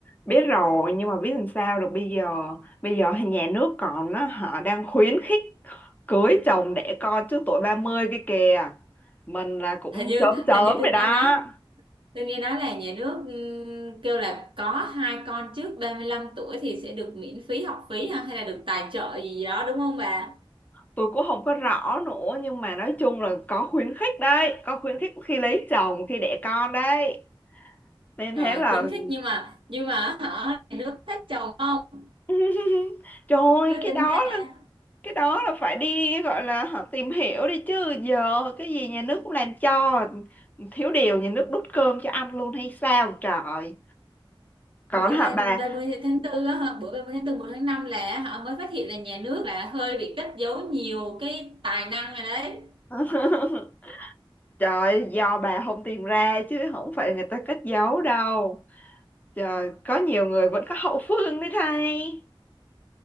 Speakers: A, on the left (about 20°); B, on the right (about 65°).
A: biết rồi nhưng mà biết làm sao được bây giờ bây giờ thì nhà nước còn á, họ đang khuyến khích cưới chồng đẻ con trước tuổi 30 kia kìa mình là cũng
B: hình như
A: chớm chớm
B: hình như
A: rồi
B: tôi nghe
A: đó
B: nói tôi nghe nói là nhà nước ừm, kêu là có hai con trước 35 tuổi thì sẽ được miễn phí học phí ha, hay là được tài trợ gì đó đúng không bà
A: tôi cũng không có rõ nữa nhưng mà nói chung là có khuyến khích đấy có khuyến khích khi lấy chồng khi đẻ con đấy nên
B: rồi
A: thế là
B: khuyến khích nhưng mà nhưng mà hả nhà nước thích chồng không
A: <laughs> trời ơi
B: tôi
A: cái
B: tính
A: đó
B: ra
A: là cái đó là phải đi gọi là họ tìm hiểu đi chứ giờ cái gì nhà nước cũng làm cho thiếu điều nhà nước đút cơm cho ăn luôn hay sao trời còn
B: bữa
A: hả
B: ba-
A: bà
B: ba mươi tháng tư á hả, bữa 30 tháng tư một tháng 5 là hả mới phát hiện là nhà nước là hơi bị cất giấu nhiều cái tài năng rồi đấy
A: <laughs> trời do bà không tìm ra chứ không phải người ta cất giấu đâu trời có nhiều người vẫn có hậu phương đấy thay